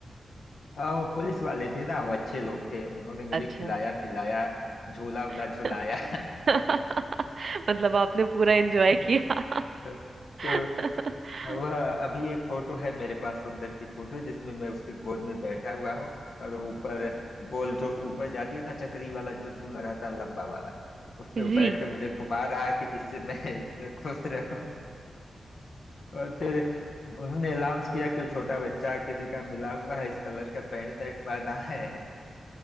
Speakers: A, on the left; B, on the right.
A: आ, वो पुलिस वाले थे ना वो अच्छे लोग थे उन्होंने मुझे
B: अच्छा
A: खिलाया पिलाया झोला उला
B: <laughs>
A: झुलाया
B: <laughs> मतलब आपने पूरा एंजॉय
A: <laughs>
B: किया
A: तो
B: <laughs>
A: वह अभी एक फोटो है मेरे पास सुंदर सी फोटो जिसमें मैं उसके गोद में बैठा हुआ हूँ और ऊपर गोल जो ऊपर जाती है ना चक्री वाला जो झूला रहता है लंबा वाला उस पे
B: जी
A: बैठ के मुझे घुमा रहा है कि जिससे मैं <laughs> खुश रहूं और फिर उन्होंने अनाउंस किया कि वो छोटा बच्चा किसी का मिला हुआ है इस कलर का पैंट शर्ट पहना है